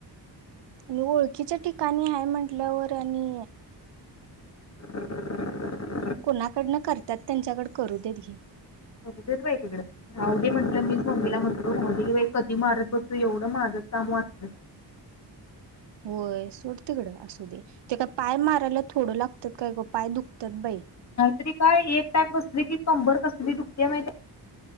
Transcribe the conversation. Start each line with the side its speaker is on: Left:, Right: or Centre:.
Right: आणि ओळखीच्या ठिकाणी हाय म्हंटल्यावर आणि
Left: <unintelligible>
Right: कोणाकडनं करतात त्यांच्याकड करू देत घे
Left: हो दुर्वायतीड राहुदे म्हटलं मीच मम्मीला म्हटलो राहूदेकी बाई कधी मारत बसू एवढं माझच काम वाचलं
Right: <inaudible> होय सोड तिकड असू दे ते काय पाय मारायला थोडं लागतात काय ग पाय दुखतात बाई
Left: री काय एक टाक बसली की कंबर कसली दुखते माहितेय काय